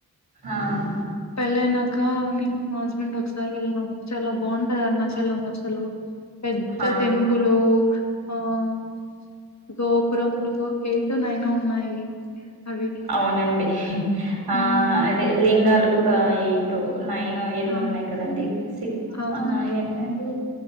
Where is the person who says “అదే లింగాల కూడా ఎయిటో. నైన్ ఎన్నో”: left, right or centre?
Right